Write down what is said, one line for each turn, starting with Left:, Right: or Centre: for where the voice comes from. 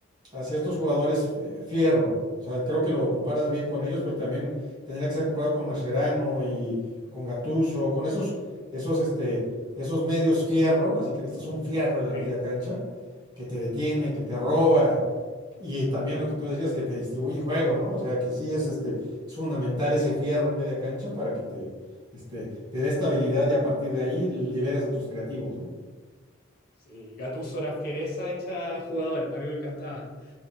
Right: hacia estos jugadores fi- fierro. O sea, creo que lo comparas bien con ellos, pero también tendría que ser comparado con Mascherano y con Gattuso, con esos, esos, este, esos medios fierro, así que necesitas un fierro en la
Left: Sí.
Right: media cancha que te detiene, que te roba y también lo que tú decías que te distribuye juego, ¿no? O sea, que sí es este es fundamental ese fierro en media cancha para que te este te dé estabilidad y a partir de ahí liberas a tus creativos, ¿no?
Left: Sí, Gattuso era fiereza hecha jugador, a mí me encantaba.